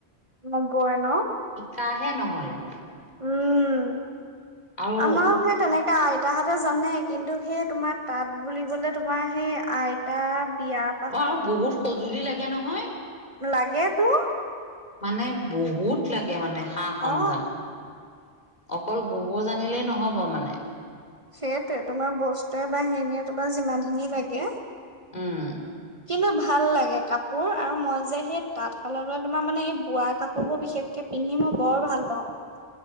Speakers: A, on the right; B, on the left.
A: নবয় ন।
B: তাৰহে নহ'লে।
A: উম,
B: আৰু
A: আমাৰো সেই তেনেকা আই আইতাহঁতে জানে, কিন্তু সেই তোমাৰ তাত বুলিবলে তোমাৰ সেই আইতা বিয়াৰ
B: অ' আৰু বহুত সজুলি লাগে নহয়।
A: লাগে তোৰ।
B: মানে বহুত লাগ কে মানে সা সঞ্জাম,
A: অ
B: অকল ববৌ জানিলেই নহ'ব মানে।
A: সেইটোৱেই, তোমাৰ বস্তুৱে বাহিনিয়ে তোমাৰ যিমানখিনি লাগে।
B: উম।
A: কিন্ত ভাল লাগে কাপোৰ আৰু মই যে সেই তাঁতশালৰ তোমাৰ মানে এই বোৱা কাপোৰ বোৰ বিশেষকে পিন্ধি মই বৰ ভাল পাওঁ!